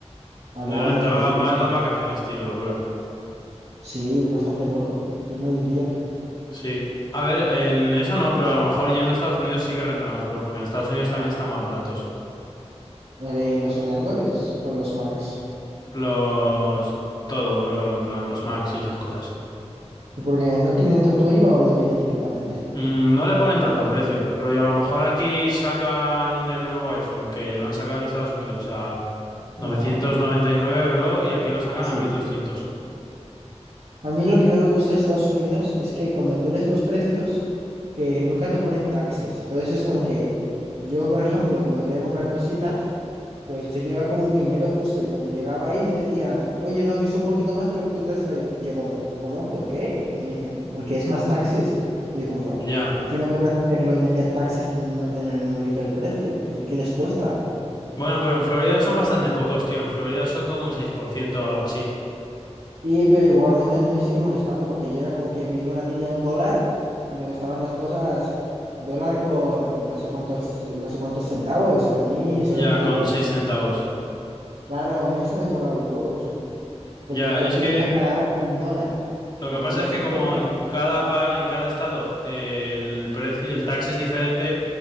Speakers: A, on the right; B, on the left.
A: Alá,
B: Le rentaba
A: increíble.
B: más las vacaciones, tío, locura.
A: Sí, bastante loco. ¿Quién lo diría?
B: Sí. A ver, en eso no, pero a lo mejor yendo a Estados Unidos sí que renta más, bro, porque en Estados Unidos también están más baratos.
A: Eh, ¿Los ordenadores o los Macs?
B: Los... Todo, bro, en plan los Macs y esas cosas.
A: Porque no tienen tanto IVA o no tienen directamente.
B: Mm, no le ponen tanto precio, rollo, a lo mejor aquí sacan el nuevo iPhone, que lo han sacado en Estados Unidos a
A: Ajá,
B: novecientos noventa y nueve bro, y aquí lo sacan
A: sí.
B: a mil doscientos
A: A mí lo que no me gusta de Estados Unidos es que cuando tú lees los precios, que nunca te ponen taxes. Entonces es como que yo, por ejemplo, cuando quería comprar cositas, Pues yo llegaba como minero justo y cuando llegaba ahí me decían, oye, no, que es un poquito más de lo que tú te has traído. Y yo como, ¿cómo? ¿Por qué? Y me dicen, porque es más taxes. Y yo como,
B: Ya.
A: ¿por qué no pueden hacerlo y meter taxes en, el nu- en el numerito del precio? ¿Qué, te- qué les cuesta?
B: Bueno, pero en Florida son bastante pocos, tío. En Florida son como un 6% o algo así.
A: Y pero igualmente a mí me sigue molestando porque yo era como que me iba a una tienda a un dólar y me costaban las cosas dólar con no sé cuántos, no sé cuántos centavos. Y a mí eso
B: Ya,
A: me tocaba,
B: con 6 centavos.
A: claro, a mí eso me tocaba los huevos. Porque
B: Ya,
A: yo
B: es
A: quería
B: que
A: pagar un dólar
B: Lo
A: o
B: que
A: dólar
B: pasa es que
A: cincuenta.
B: como en cada, pa- en cada estado eh, el precio, el tax es diferente